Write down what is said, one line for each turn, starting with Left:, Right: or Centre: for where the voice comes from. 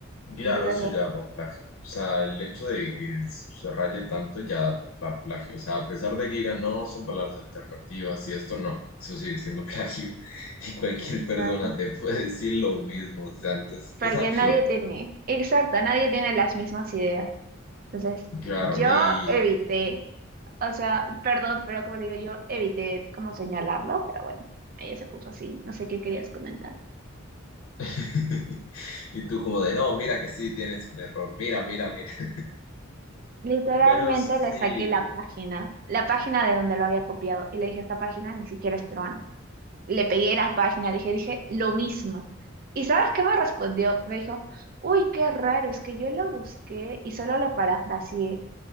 Left: Claro,
Right: Entonces,
Left: eso
Right: lo...
Left: ya da por plagio. O sea, el hecho de que se raye tanto ya da por pla- plagio. O sea, a pesar de que digan, no, son palabras alternativas y esto no, eso sigue siendo plagio. <laughs> Y cualquier
Right: Exacto.
Left: persona te puede decir lo mismo. O sea, entonces
Right: Porque
Left: es absurdo.
Right: nadie tiene, exacto, nadie tiene las mismas ideas. Entonces,
Left: Claro,
Right: yo
Left: y,
Right: evité, o sea, perdón, pero como te digo, yo evité como señalarlo, pero bueno, ella se puso así, no sé qué querías comentar.
Left: <laughs> y tú como de, no, mira que sí, tienes un error. Mira, mira, mira. <laughs>
Right: Literalmente
Left: Pero sí,
Right: le saqué la página, la página de donde lo había copiado, y le dije, esta página ni siquiera es peruana. Le pegué la página, le dije, dije, lo mismo. ¿Y sabes qué me respondió? Me dijo, uy, qué raro, es que yo lo busqué y solo lo parafraseé